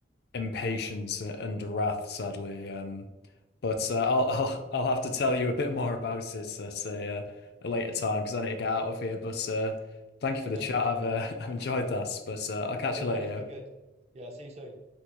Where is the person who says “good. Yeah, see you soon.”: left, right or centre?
Right